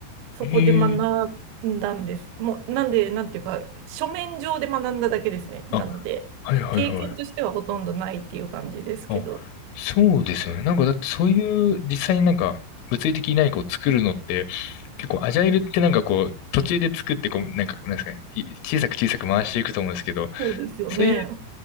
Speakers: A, on the right (about 75°); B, on the left (about 80°).
A: そこで学んだんです。
B: ええ
A: もう、なんで、なんていうか、書面上で学んだだけですね。なので、
B: あ、はいはいはい。
A: 経験としてはほとんどないっていう感じですけど。
B: あ、そうですよね。なんかだってそういう実際になんか物理的に何かを作るのって結構アジャイルってなんかこう途中で作ってこうなんかなんですかね、い小さく小さく回していくと思うんですけど、
A: そうですよね。
B: そういう